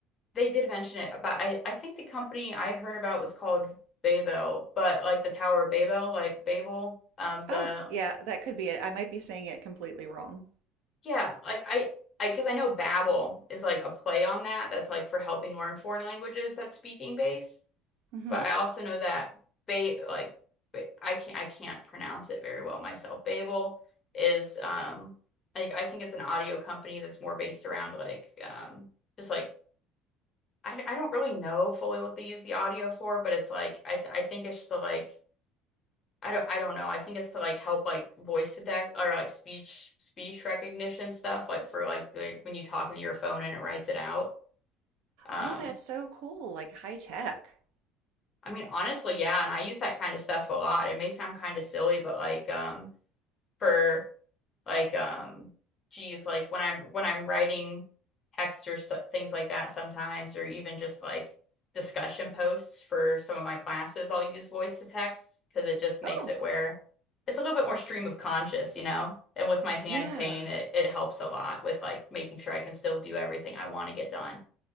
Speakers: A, on the left; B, on the right.
A: they did mention it, but I I think the company I heard about was called Babel, but like the Tower of Babel, like Babel, um the
B: Oh, yeah, that could be it. I might be saying it completely wrong.
A: yeah, like I I because I know Babel is like a play on that that's like for helping learn foreign languages that's speaking based.
B: hmm
A: But I also know that ba like I can't I can't pronounce it very well myself. Babel is um like I think it's an audio company that's more based around like um just like I, I don't really know fully what they use the audio for, but it's like I th I think it's the like I don't I don't know. I think it's to like help like voice to deck or like speech speech recognition stuff like for like, like when you talk into your phone and it writes it out. Um
B: Oh, that's so cool, like high tech.
A: I mean, honestly, yeah, and I use that kind of stuff a lot. It may sound kind of silly, but like um for like um geez, like when I'm when I'm writing text or so, things like that sometimes or even just like discussion posts for some of my classes, I'll use voice to text because it just makes
B: Oh,
A: it where it's a little bit more stream of conscious, you know? And with my hand
B: yeah.
A: pain, it, it helps a lot with like making sure I can still do everything I want to get done.